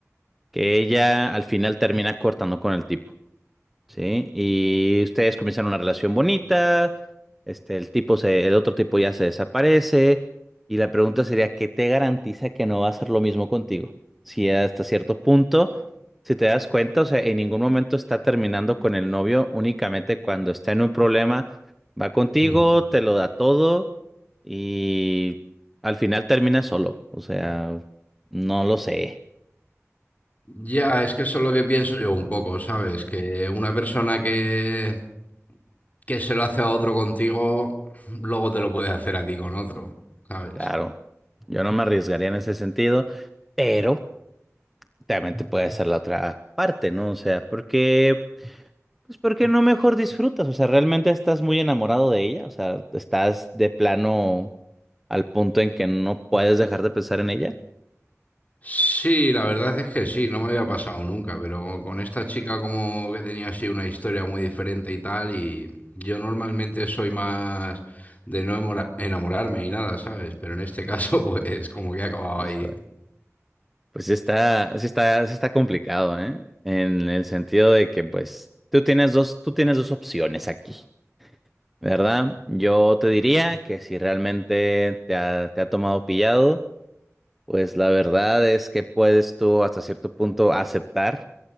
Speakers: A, in the centre; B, on the left.
A: que ella al final termina cortando con el tipo, ¿sí? Y ustedes comienzan una relación bonita, este, el tipo se, el otro tipo ya se desaparece, y la pregunta sería, ¿qué te garantiza que no va a hacer lo mismo contigo? Si hasta cierto punto, si te das cuenta, o sea, en ningún momento está terminando con el novio, únicamente cuando está en un problema, va contigo,
B: Ujú.
A: te lo da todo, y al final termina solo, o sea, no lo sé.
B: Ya, es que eso es lo que pienso yo un poco, ¿sabes? Que una persona que, que se lo hace a otro contigo, luego te lo puede hacer a ti con otro, ¿sabes?
A: Claro, yo no me arriesgaría en ese sentido, pero también te puede ser la otra parte, ¿no? O sea, porque, pues, porque no mejor disfrutas? O sea, ¿realmente estás muy enamorado de ella? O sea, ¿estás de plano al punto en que no puedes dejar de pensar en ella?
B: Sí, la verdad es que sí, no me había pasado nunca, pero con esta chica como que tenía así una historia muy diferente y tal, y yo normalmente soy más de no emora- enamorarme y nada, ¿sabes? Pero en este caso, <laughs> pues como que he acabado
A: Hijo,
B: ahí.
A: pues sí está, sí está, sí está complicado, ¿eh? En el sentido de que, pues, tú tienes dos, tú tienes dos opciones aquí, ¿verdad? Yo te diría que si realmente te ha, te ha tomado pillado Pues la verdad es que puedes tú hasta cierto punto aceptar